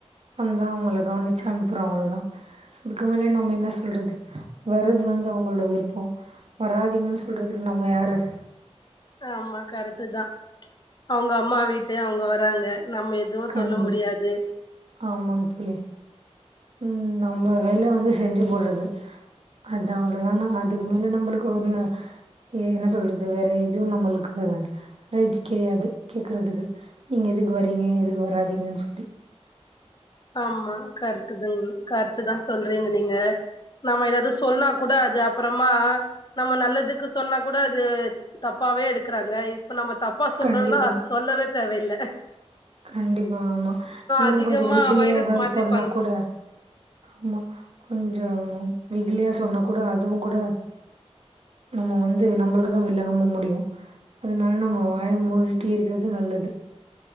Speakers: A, on the right (about 60°); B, on the left (about 40°).
A: வந்தா அவுங்கள கவனிச்சி அன்ப்புறோ அவ்ளோதா அதுக்கு மேல நம்ம என்ன சொல்றது வர்றது வந்து அவுங்களோட விருப்போ வராதிங்கன் சொல்றதுக்கு நம்ம யாரு
B: ஆமா கரெக்ட தா அவுங்க அம்மா வீட்டு அவுங்க வராங்க நம்ம எதுவு
A: கண்டு
B: சொல்ல முடியாது
A: ஆமாங் தோழி ம் நம்ப வேல வந்து செஞ்சி போட்றது அது அவ்ளோதோ நா அதுக்கு மேல நம்பளுக்கு ஒன்னு ஏ என்ன சொல்றது வேற எதுவு நம்மளுக்கு ரைட்ஸ் கெடையாது கேக்கறதுக்கு நீங்க எதுக்கு வறீங்க எதுக்கு வராதிங்கன் சொல்லி
B: ஆமா கரெக்ட் தாங்க கரெக்ட் தா சொல்றீங்க நீங்க நம்ம ஏதாவது சொன்னா கூட அது அப்புறமா நம்ம நல்லதுக்கு சொன்னா கூட அது தப்பாவே எடுக்கறாங்க இ ப்ப நம்ம தப்பா சொல்னுன்னா
A: கண்டிப்பா,
B: அது சொல்லவே தேவையில்ல
A: கண்டிப்பா ஆமா இன்னு
B: அதிகமா
A: கொஞ்சோ வெகிலியா
B: வைரஸ்
A: ஏதாவது
B: மாதிரி
A: சொன்னா
B: பரவு
A: கூட ஆமா கொஞ்சோ வெகிலியா சொன்னா கூட அதுவு கூட நம்ம வந்து நம்ளுக்குதா விலங்கம்மா முடியு அதனால நம்ம வாய மூடிட்டு இருக்கிறது நல்லது